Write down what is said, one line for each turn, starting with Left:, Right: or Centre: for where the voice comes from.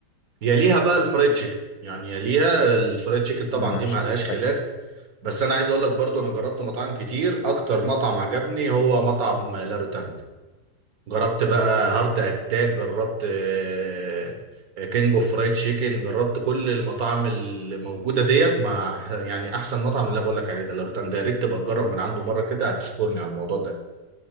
Right: يليها بقى الفرايد تشيكن يعني يليها الفرايد تشيكن طبعا
Left: انا أنا عشاق
Right: دي ما عليهاش
Left: الفراخ
Right: خلاف بس انا عايز اقول لك برضو انا جربت مطاعم كتير اكتر مطعم عجبني هو مطعم لا روتاند جربت بقى هارت اتاك جربت آه، آه، كينج اوف فرايد تشيكن جربت كل المطاعم اللي موجوده ديت مع يعني احسن مطعم اللي أنا بقول لك عليه ده لا روتاند ده يا ريت تبقى تجرب من عنده مره كده هتشكرني على الموضوع